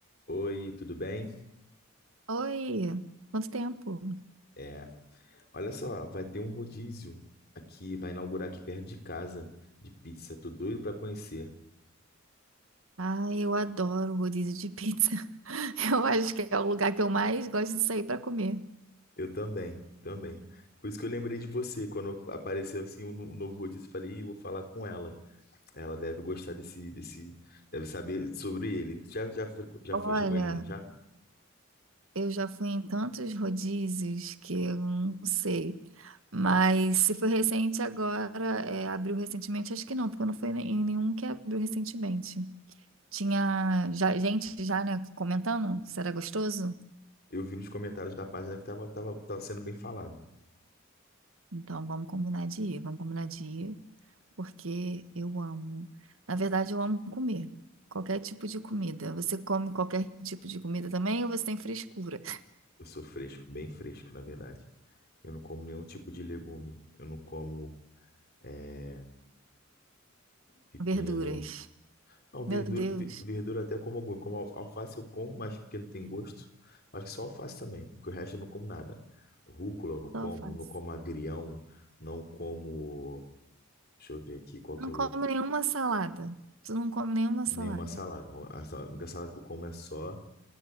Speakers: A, on the left; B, on the right.
A: Oi, tudo bem?
B: Oi, quanto tempo?
A: É, olha só, vai ter um rodízio aqui, vai inaugurar aqui perto de casa de pizza. Tô doido para conhecer.
B: Ai, eu adoro rodízio de pizza. <laughs> Eu acho que é o lugar que eu mais gosto de sair para comer.
A: Eu também, também. Por isso que eu lembrei de você quando apareceu assim um, no- um novo rodízio, eu falei, Ih, vou falar com ela. Ela deve gostar desse, desse, deve saber sobre ele. Já, já, foi- já
B: Olha,
A: foi, chegou ele já?
B: eu já fui em tantos rodízios que eu não sei. Mas se foi recente agora, é, abriu recentemente, acho que não, porque eu não fui em nenhum que abriu recentemente. Tinha já, gente já, né, comentando se era gostoso.
A: Eu vi nos comentários da página que tava, tava, tava sendo bem falado.
B: Então vamos combinar de ir, vamos combinar de ir. porque eu amo. Na verdade, eu amo comer. Qualquer tipo de comida. Você come qualquer tipo de comida também ou você tem frescura?
A: Eu sou fresco, bem fresco, na verdade. Eu não como nenhum tipo de legume. Eu não como é, pepino.
B: <laughs> Verduras.
A: Não, verdura,
B: Meu Deus,
A: ve- verdura até como alguma. Como al- alface eu como, mas porque não tem gosto. Acho que só alface também, porque o resto eu não como nada. Rúcula eu não como,
B: só alface.
A: não como agrião, não como. Deixa eu ver aqui qual
B: Não
A: que é
B: come
A: o outro.
B: nenhuma salada. Tu não come nenhuma salada.
A: Nenhuma salada. A sa- a única salada que eu como é só